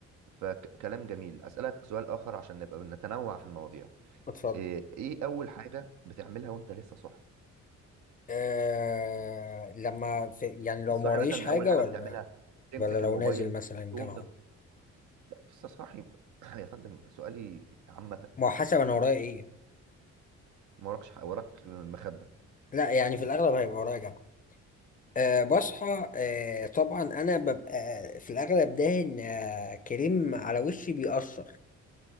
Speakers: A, on the right (about 75°); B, on the left (about 25°).
A: فكلام جميل أسألك سؤال آخر عشان نبقى نتنوع في المواضيع
B: بتفضي
A: إيه إيه أول حاجة بتعملها وأنت لسه صاحي؟
B: آه لما في يعني لو
A: لسه
B: ما
A: صاحي
B: ورايش
A: مثلا
B: حاجة
A: أول حاجة
B: ولا
A: بتعملها تمسك
B: ولا لو
A: الموبايل
B: نازل مثلا
A: تقوم
B: جامعة
A: تت... لا، لسه صاحي <clears throat> يا فندم سؤالي عامة
B: ما هو حسب انا ورايا ايه
A: ما وراكش حق وراك مخدة
B: لا يعني في الاغلب هيبقى ورايا جامعة أه بصحى أه طبعا انا ببقى في الاغلب داهن آه، كريم على وشي بيأثر